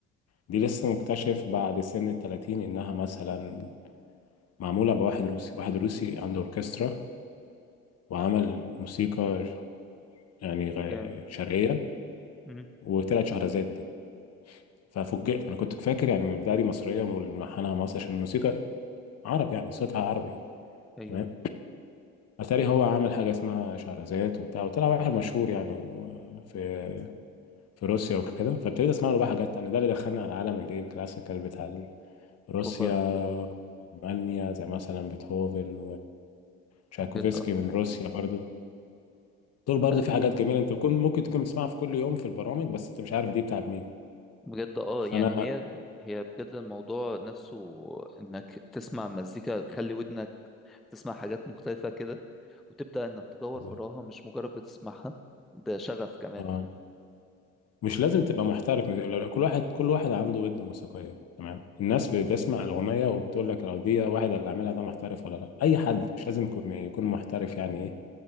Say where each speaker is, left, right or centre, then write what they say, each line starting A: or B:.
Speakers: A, on the left (about 40°); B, in the centre.
A: دي لسه مكتشف بعد سن التلاتين إنها مثلا معمولة بواحد روسي واحد روسي عنده أوركسترا وعمل موسيقى يعني غ-
B: جامد
A: شرقية
B: مم.
A: وطلعت شهرزاد دي ففوجئت أنا كنت فاكر يعني من البداية دي مصرية وملحنها مصري عشان الموسيقى عربي يعني صوتها عربي
B: ايوه
A: تمام اتاري هو عامل حاجه اسمها شهرزاد وبتاع وطلع واحد مشهور يعني و- في في روسيا وكده فابتديت اسمع له بقى حاجات تانية ده اللي دخلني على عالم الايه الكلاسيكال بتاع روسيا
B: بقر
A: المانيا زي مثلا بيتهوفن وتشايكوفسكي
B: بجد اه
A: من روسيا برضو دول برضو
B: لا،
A: في حاجات جميله انت بتكون ممكن تكون بتسمعها في كل يوم في البرامج بس انت مش عارف دي بتاعت مين
B: بجد اه
A: فانا
B: يعني هي هي بجد الموضوع نفسه انك تسمع مزيكا خلي ودنك تسمع حاجات مختلفه كده وتبدا انك تدور
A: بالظبط.
B: وراها مش مجرد بتسمعها ده شغف كمان
A: اه مش لازم تبقى محترف من- كل واحد كل واحد عنده ودن موسيقيه تمام الناس بتسمع الاغنيه وبتقول لك لو دي واحد اللي عاملها ده محترف ولا لا اي حد مش لازم يكون يكون محترف يعني ايه